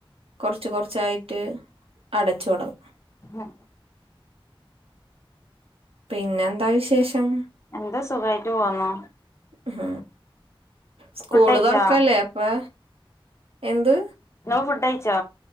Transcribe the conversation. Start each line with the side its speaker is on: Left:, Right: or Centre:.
Right: കൊറച്ച് കൊറച്ചായിട്ട് അടച്ചൊടങ്ങും.
Left: ആഹ്.
Right: പിന്നെന്താ വിശേഷം?
Left: എന്താ സുഖായിട്ട് പോന്നു
Right: ഉം സ്കൂള്
Left: ഫുഡ് കഴിച്ചോ
Right: തൊറക്കല്ലേ അപ്പൊ. എന്ത്?
Left: <unintelligible> ഫുഡയിച്ചോ?